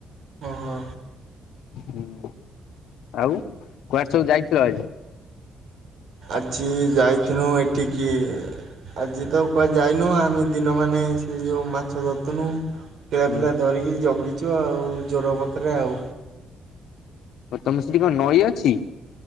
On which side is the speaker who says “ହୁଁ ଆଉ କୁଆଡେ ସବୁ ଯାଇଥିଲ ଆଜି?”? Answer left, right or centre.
Left